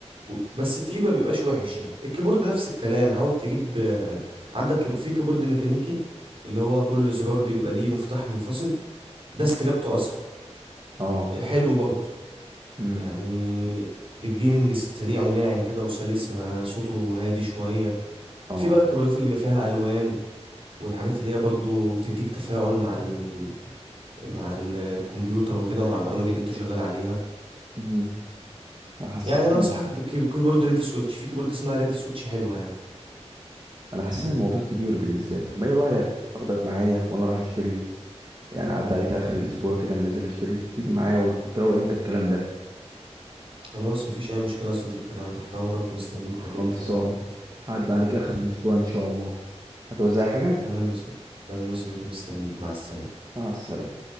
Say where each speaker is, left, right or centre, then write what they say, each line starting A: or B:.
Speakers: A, on the right; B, on the right.
A: و- بس التقيل ما بيبقاش وحش يعني الكيبورد نفس الكلام حاول تجيب آه، عندك كيبو- في كيبورد ميكانيكي اللي هو كل زرار بيبقى ليه مفتاح منفصل ده استجابته اسرع
B: اه
A: آه، حلو برضو
B: امم
A: يعني للجيمنج سريع وناعم كده وسلس ما صوته هادي شوية
B: اه
A: في بقى الكاميرات اللي بيبقى فيها الوان والحاجات اللي هي برضو بتديك تفاعل مع ال... مع الكمبيوتر وكده ومع البرامج اللي انت شغال عليها
B: امم انا حسيت
A: يعني انا
B: ان
A: انصحك
B: ال-
A: بكي- بكيبورد ريد سويتش في كيبورد اسمها ريد سويتش حلوه يعني
B: انا حسيت ان الموضوع كبير بالنسبه لي طب ما ايه رايك اخدك معايا وانا رايح اشتري يعني اعدي عليك اخر الاسبوع كده أنا نازل اشتري تيجي معايا وتروق انت الكلام ده
A: خلاص مفيش اي مشكله يا صديقي انا تحت امرك ومستنيك
B: خلصان
A: كلمني في اي وقت
B: هعدي عليك اخر الاسبوع ان شاء الله هتوزع حاجه
A: تمام يا صديقي تمام يا صديقي مستنيك مع السلامه
B: مع السلامه